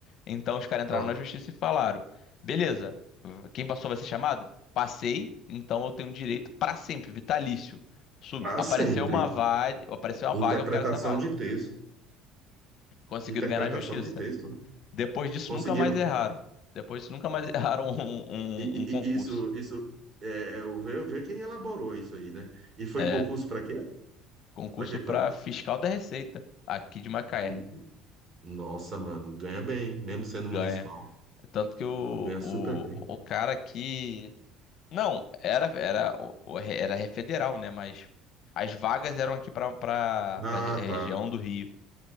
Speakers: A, on the left (about 55°); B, on the right (about 35°).
A: Então os caras entraram
B: Ó,
A: na justiça e falaram: beleza, quem passou vai ser chamado? Passei, então eu tenho direito pra sempre, vitalício. Sub-
B: para
A: Apareceu
B: sempre.
A: uma vaga, apareceu uma
B: Interpretação
A: vaga, eu quero essa vaga.
B: de texto.
A: Conseguiram
B: Interpretação
A: ganhar na justiça.
B: de texto, né?
A: Depois disso,
B: Conseguiram.
A: nunca mais erraram. Depois disso, nunca mais <laughs> erraram um, um-
B: E, e-
A: um concurso.
B: e isso, isso é, é, eu ver, ver quem elaborou isso aí, né? E foi
A: É,
B: concurso para quê?
A: concurso
B: Para que foi?
A: pra fiscal da Receita, aqui de Macaé.
B: N- Nossa, mano, ganha bem, mesmo sendo
A: Ganha.
B: municipal,
A: Tanto que o,
B: ganha
A: o,
B: super bem.
A: o cara aqui. Não, era era o- o- era re- federal, né? Mas as vagas eram aqui para para
B: Ah,
A: região
B: tá.
A: do Rio,